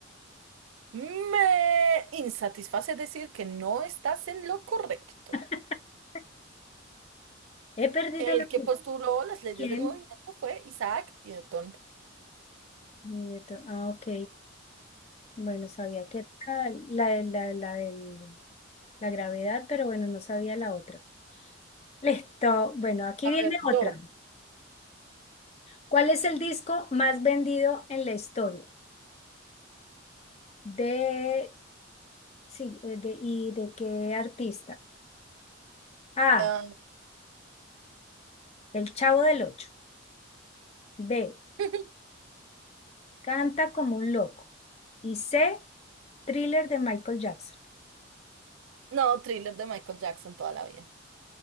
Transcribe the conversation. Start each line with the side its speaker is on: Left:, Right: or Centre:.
Right: Me insatisface decir que no estás en lo correcto.
Left: <laughs> He perdido
Right: El
Left: lo
Right: que
Left: que...
Right: postuló las leyes
Left: ¿Quién?
Right: del movimiento fue Isaac Newton.
Left: Nieto. Ah, ok. Bueno, sabía que era la, de la, la del- la gravedad, pero bueno, no sabía la otra. Listo. Bueno, aquí
Right: A
Left: viene
Right: ver, yo.
Left: otra. ¿Cuál es el disco más vendido en la historia? De, sí, eh, de, ¿y de qué artista? A,
Right: Ah,
Left: El Chavo del Ocho. B,
Right: <laughs>
Left: Canta como un loco. Y C, Thriller de Michael Jackson.
Right: no, thriller de Michael Jackson toda la vida.